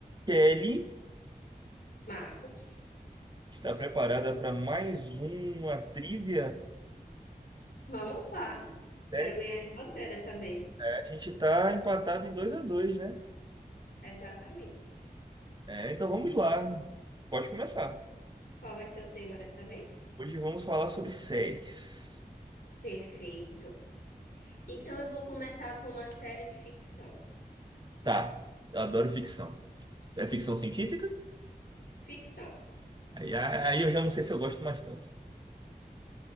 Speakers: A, on the right; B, on the left.
A: Kelly
B: Marcos,
A: está preparada para mais uma trivia?
B: vamos lá. Espero
A: É,
B: ganhar de você dessa vez.
A: é, a gente está empatado em 2 a 2, né?
B: Exatamente.
A: É, então vamos lá. Pode começar.
B: Qual vai ser o tema dessa vez?
A: Hoje vamos falar sobre séries.
B: Perfeito. Então eu vou começar com uma série de ficção.
A: Tá, eu adoro ficção. É ficção científica?
B: Ficção
A: Aí, aí eu já não sei se eu gosto mais tanto.